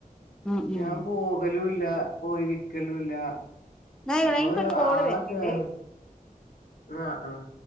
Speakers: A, in the centre; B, on the left.
A: ഉം ഉം
B: ഞാൻ പോകലൂല്ല പോയി വിക്കെലൂല്ല
A: എന്നാ
B: നമ്മള്
A: എനിക്കൊരു കോള്
B: ആളെ
A: വരുന്നുണ്ടേ
B: ചേർ ആഹ് ആഹ്